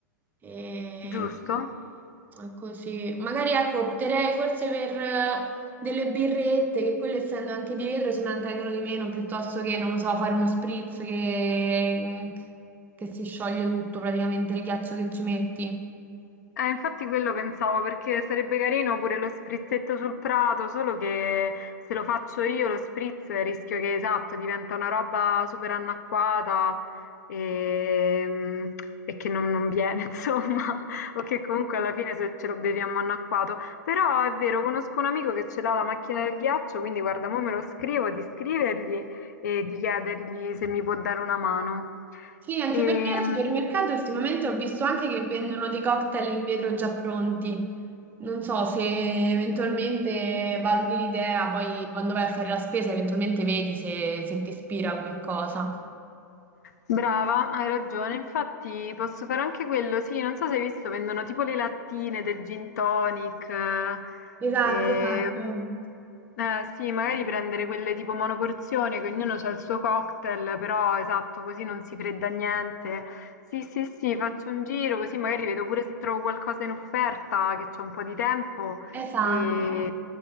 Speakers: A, on the right; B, on the left.
A: e-
B: Giusto?
A: e così. Magari ecco, opterei forse per eh, delle birrette, che quelle essendo anche di vetro si mantengono di meno, piuttosto che, non lo so, fare uno spritz che che si scioglie tutto praticamente il ghiaccio che ci metti.
B: Eh, infatti quello pensavo perché sarebbe carino pure lo sprizzetto sul prato, solo che se lo faccio io lo spritz rischio che esatto diventa una roba super annacquata e, mm, e che non, non viene <laughs> insomma, o che comunque alla fine se ce lo beviamo annacquato. Però è vero, conosco un amico che ce l'ha la macchina del ghiaccio, quindi guarda, mo me lo scrivo di scrivergli e di chiedergli se mi può dare una mano.
A: Sì, anche
B: Ehm,
A: perché al supermercato ultimamente ho visto anche che vendono dei cocktail in vetro già pronti. Non so se eventualmente valuti l'idea, poi quando vai a fare la spesa eventualmente vedi se, se ti ispira come cosa.
B: Brava, hai ragione. Infatti posso fare anche quello. Sì, non so se hai visto, vendono tipo le lattine del gin tonic. eh,
A: Esatto,
B: e-
A: esatto.
B: eh, sì, magari prendere quelle tipo monoporzione, che ognuno ha il suo cocktail, però esatto, così non si fredda niente. Sì, sì, sì, faccio un giro così magari vedo pure se trovo qualcosa in offerta, che c'ho un po' di tempo
A: Esatto.
B: e,